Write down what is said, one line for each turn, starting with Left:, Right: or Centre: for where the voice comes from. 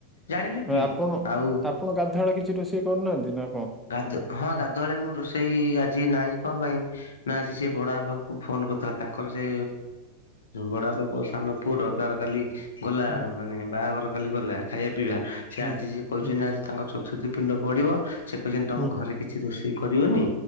Left: ଜାଣିଲି ବି
Centre: ଆପଣ
Left: ଆଉ
Centre: ଆପଣ ଗାଧୁଆଳ କିଛି ରୋଷେଇ କରୁନାହାନ୍ତି ନା କଣ।
Left: ଗାଧ ହଁ ଗାଧୁଆଳେ ମୁଁ ରୋଷେଇ ଆଜି ନାହିଁ କଣ ପାଇଁ? ନା ଆଜି ସେ ବଡ ବାପା କୁ ଫୋନ କରିଥିଲା ତାଙ୍କର ସେ ବଡ ବାବା ପୁଅସାନ ପୁଅର ତାର କାଲି ଗଲା
Centre: ହୁଁ
Left: ମାନେ ବାହାଘର କାଲି ଗଲା ଖାଇବା ପିଇବା ସେ
Centre: ହୁଁ
Left: ଆଜି ସେ କହିଛନ୍ତି
Centre: ହୁଁ
Left: ଆଜି ତାଙ୍କ ଚତୁର୍ଥୀ ପିଣ୍ଡ ପଢିବ ସେ କହିଛନ୍ତି ତମ
Centre: ହୁଁ
Left: ଘରେ କିଛି ରୋଷେଇ କରିବନି।